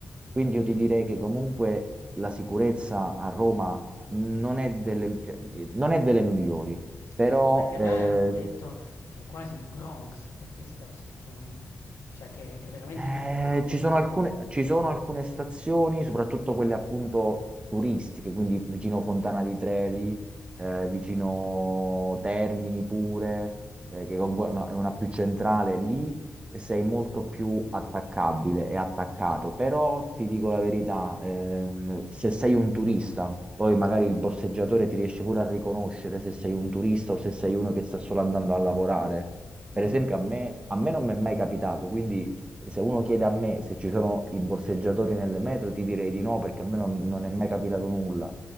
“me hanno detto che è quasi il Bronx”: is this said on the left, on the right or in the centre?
Left